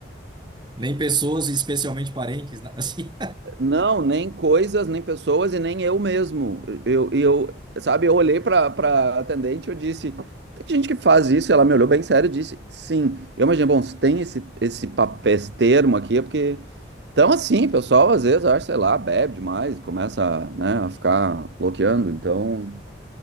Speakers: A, on the right (about 25°); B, on the right (about 70°).
A: Nem pessoas, especialmente parentes, né? <laughs> Assim.
B: não, nem coisas, nem pessoas e nem eu mesmo. Eu, eu sabe, eu olhei para para atendente e eu disse, tem gente que faz isso, e ela me olhou bem sério e disse, sim. Eu imaginei, bom, se tem esse esse papel, esse termo aqui, é porque então assim, pessoal, às vezes acho, sei lá, bebe demais, começa, né, a ficar bloqueando, então